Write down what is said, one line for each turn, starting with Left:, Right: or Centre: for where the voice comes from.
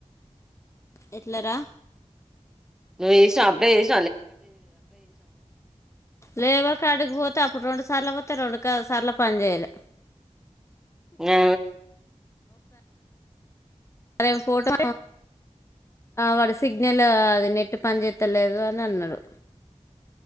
Left: ఎట్లేరా
Centre: ను ఎసినా అప్లయ్ జెస్
Left: లేబర్ కార్డుకి పోతే అప్పుడు రొండు సా సార్లు పోతే రెండు సార్లు పని జెయ్యాలే
Centre: ఆ
Left: సరేం ఫోటో వాడు సిగ్నల్ అది నెట్టి పనిచత్తలేదు అని అన్నాడు